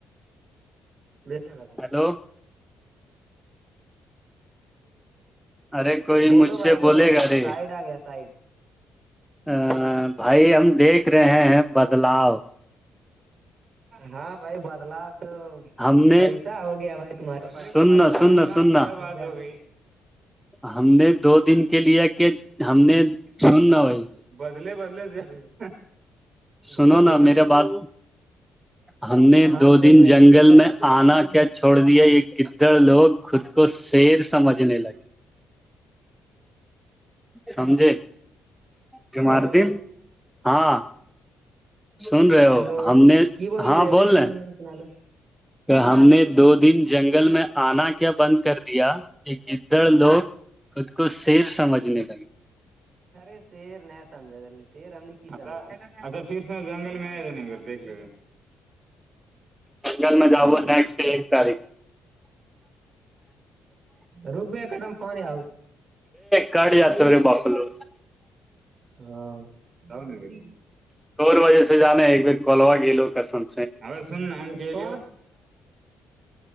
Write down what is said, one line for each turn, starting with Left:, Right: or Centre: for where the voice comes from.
Right: تھا
Centre: ہلو ارے کوئی
Right: بولو
Centre: مجھ سے
Right: بھائی
Centre: بولے
Right: بولو
Centre: گا رے
Right: سائڈ آ گیا سائڈ
Centre: ا بھائی ہم دیکھ رہے ہیں بدلاؤ
Right: ہاں بھائی بدلا تو
Centre: ہم نے
Right: پیسہ ہو گیا بھائی تمہارے
Centre: سننا سننا
Right: جنا
Centre: سننا
Right: کیا بات ہو گئی
Centre: ہم نے دو دن کے لیا کہ ہم نے چن نہ بھائی
Right: بدل بدل بولو
Centre: سنو نا
Right: بولو
Centre: میرے بات ہم نے
Right: ہاں
Centre: دو
Right: سن
Centre: دن
Right: رہے
Centre: جنگل
Right: بولو
Centre: میں آنا کیا چھوڑ دیا یہ کدھر لوگ خود کو شیر سمجھنے لگے سمھے ج مارد
Right: ہیلو
Centre: ہاں سن رہے ہو
Right: ہیلو
Centre: ہم نے
Right: کی
Centre: ہاں
Right: رہی ایوریج
Centre: بول رہے ہیں
Right: سنا لو
Centre: ہم نے دو دن جنگل میں آنا کیا بند کر دیا ایک گدڑ لوگ خود کو شیر سمجھنے لگے
Right: خرے سییر ن سمجے ال سیر ہم نے اچھا پھر سے جنگل میں آیا جان نھر دھ ل
Centre: بنگال
Right: پکی
Centre: میں جاو
Right: جا
Centre: نیکسٹ ڈے ایک تاریخ
Right: رک ب ایکدم فون آ
Centre: گای آیاا رہ رے بپلو
Right: ہاں ر
Centre: دور وجہ سے جانا ہے ایک بار کولوا گی لو کسم
Right: ا سن جگل